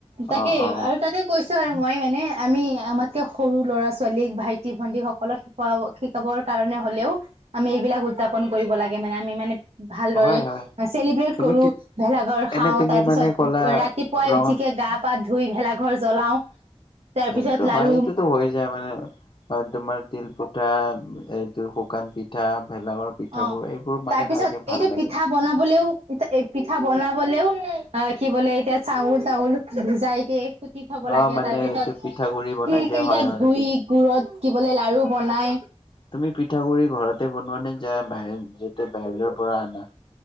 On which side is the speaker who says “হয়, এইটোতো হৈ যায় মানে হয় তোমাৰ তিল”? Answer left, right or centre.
Left